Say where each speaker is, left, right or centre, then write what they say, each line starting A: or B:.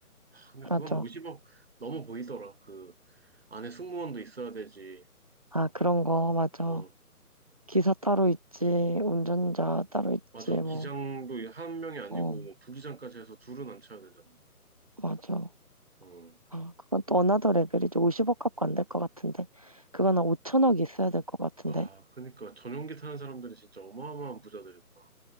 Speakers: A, on the right (about 40°); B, on the right (about 25°).
A: 아, 근데 그건
B: 맞아.
A: 50억 넘어 보이더라. 그 안에 승무원도 있어야 되지.
B: 아, 그런 거, 맞아.
A: 어,
B: 기사 따로 있지, 운전자 따로 있지,
A: 맞아. 기장도
B: 뭐.
A: 한 명이 아니고
B: 어,
A: 뭐 부기장까지 해서 둘은 안 쳐야 되잖아.
B: 맞아.
A: 어.
B: 아, 그건 또 어나더 레벨이지. 50억 갖고 안 될 것 같은데. 그건 한 5천억 있어야 될 것 같은데.
A: 와, 그러니까 전용기 타는 사람들이 진짜 어마어마한 부자들이구나.